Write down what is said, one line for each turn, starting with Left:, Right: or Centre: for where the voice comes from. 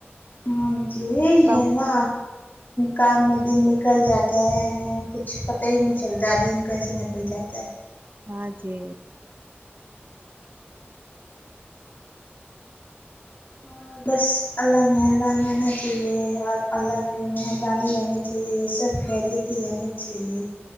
Left: ہاں جی یہی
Right: کم
Left: ہے نا کام میں پورے دن نکل جاتا ہے ن کچھ کچھ پتاہ ہی نہیں چلتا دن کیسے نکل جاتا ہے
Right: ہاں جی
Left: اور بس اللہ مہربان ہونا چاہیے اور اللہ کی مر پانی رہنی چاہیے یہ سب خیریت ہی رہنی چاہیے